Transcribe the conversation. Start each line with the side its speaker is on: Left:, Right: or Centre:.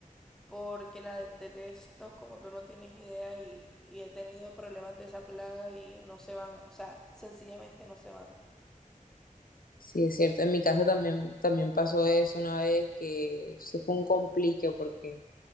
Centre: Porque la de- detesto, como tú no tienes idea, y, y he tenido problemas de esa plaga y no se van. O sea, sencillamente no se van.
Left: sí es cierto, en mi casa también, también pasó eso una vez, que eso fue un complique porque